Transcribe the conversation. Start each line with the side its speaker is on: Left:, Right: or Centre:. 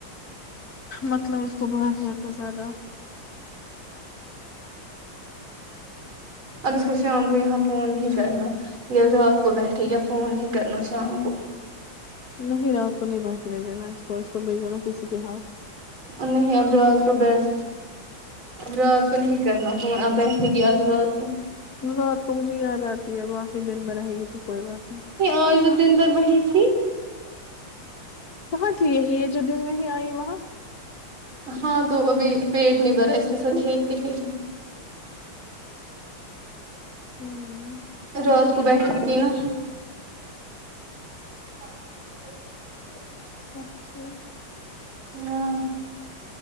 Left: مطلب اس کو بہت زیادہ زیادہ
Right: اب اس کو شام کو یہاں فون نہیں کرنا یا رات کو بیٹھے یا فون نہیں کرنا شام کو
Left: نہیں رات کو نہیں بیٹھنے دینا اس کو اس کو بھیجینا کسی کے ہاتھ
Right: ا نہیں اب رات کو بیٹھ رات کو نہیں کرنا فون اب بیٹھے گی آج رات کو
Left: رات کو مجھے یاد آتی ہے اب واقی دن میں رہے گی تو کوئی بات نہیں
Right: آج بھی دن بھر وہی تھی
Left: ہاں تھی یہی ہے جو دن میں آئی وہاں
Right: ہاں تو ابھی پیٹ نہیں بھرا اس کے ساتھ کھیلتی کھیلتی
Left: ہوں،
Right: رات کو بیٹھنے کی نا <inaudible>
Left: اچھا
Right: ہاں